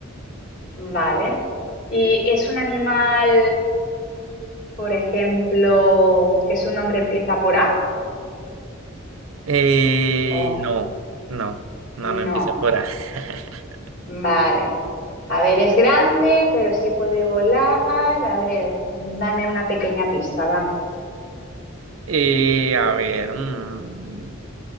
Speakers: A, on the left; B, on the right.
A: Vale. ¿Y es un animal, por ejemplo, que su nombre empieza por A?
B: Eh,
A: ¿O
B: no, no, no,
A: no?
B: no empieza por A. <laughs>
A: Vale. A ver, es grande, pero sí puede volar. A ver, dame una pequeña pista, va.
B: Eh, a ver, mm,